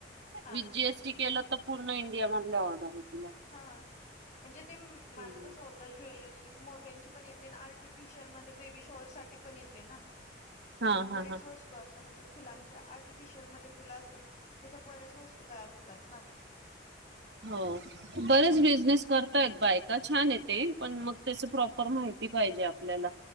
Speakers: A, on the left; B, on the right.
A: हा
B: विथ
A: ना
B: जी एस टी केलं तर पूर्ण इंडिया मधलं ऑर्डर येते
A: हा म्हणजे ते माझं
B: हम्म.
A: कसं होत ते ज्वेलरी मोत्यांची पण येते ना आर्टिफिशियल मध्ये बेबी शॉअर साठी पण येते ना.
B: हा
A: मग
B: हा
A: बरेच
B: हा.
A: वस तू अस म्हणजे फुलांच्या आर्टिफिशयल मध्ये फुलं असतात त्याच्या बऱ्याच वस्तू तयार होतात ना.
B: हो बरेच
A: मग
B: बिझनेस करतायेत बायका छान आहे ते पण मग तसं प्रॉपर माहिती पाहिजे आपल्याला.